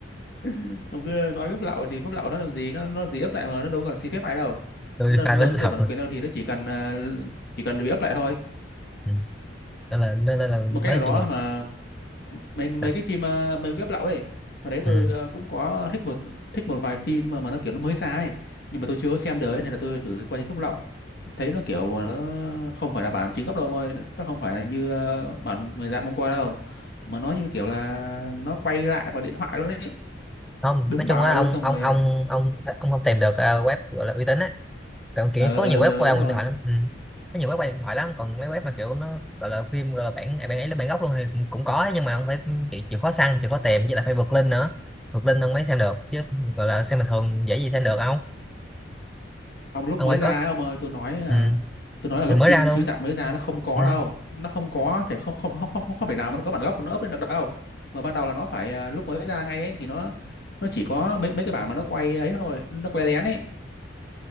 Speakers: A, on the left (about 55°); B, in the centre.
A: <laughs> ông cứ nói gấp lậu thì gấp lậu nó làm gì nó nó gì ấp lại mà nó đâu cần xin phép ai đâu
B: tôi
A: đâu
B: fan
A: đầu
B: bếp
A: tư
B: lậu
A: tiền bản quyền đâu thì nó chỉ cần ờ, chỉ cần bị ấp lại thôi
B: ừ. nên là nên là, là nói
A: một cách nào đó
B: chung là
A: mà mấy mấy
B: sao?
A: cái phim ờ, mấy web lậu ấy hồi đấy tôi
B: ừ.
A: ờ, cũng có thích một thích một vài phim mà, mà nó kiểu nó mới ra ấy nhưng mà tôi chưa có xem được ấy, nên là tôi thử qua trên phép lậu thấy nó kiểu mà nó không phải là bản chính gốc đâu mời nó nó không phải là như ờ, bản người dạng mong coi đâu mà nó như kiểu là nó quay lại bằng điện thoại luôn ấy
B: không
A: đúng
B: nói chung
A: bà
B: á
A: luôn
B: ông
A: xong
B: ông
A: rồi
B: ông ông ông không tìm được ờ, web gọi là uy tín á còn kiểu
A: ờ
B: có
A: ờ
B: nhiều
A: ờ
B: web qua
A: đúng
B: điện
A: rồi
B: thoại lắm ừ. có nhiều web qua điện thoại lắm còn mấy web mà kiểu nó gọi là phim gọi là bản bản ấy là bản gốc luôn thì cũng cũng có nhưng mà không phải chịu, chịu khó săn chịu khó tìm với lại phải vượt link nữa vượt link ông mới xem được chứ gọi là xem bình thường dễ gì xem được không
A: Ông lúc
B: ông
A: mới
B: phải
A: ra
B: có
A: ấy, ông ơi tôi nói là
B: ừ.
A: tôi nói là lúc
B: Rồi mới
A: phim
B: ra luôn
A: chiếu rạp mới ra nó không có
B: ừ.
A: đâu nó không có thể không không không không không thể nào mà nó có bản gốc nó up lên được đâu mà ban đầu là nó phải à, lúc mới ra ngay ấy, thì nó nó chỉ có mấy mấy cái bản mà nó quay ấy thôi nó quay lén ấy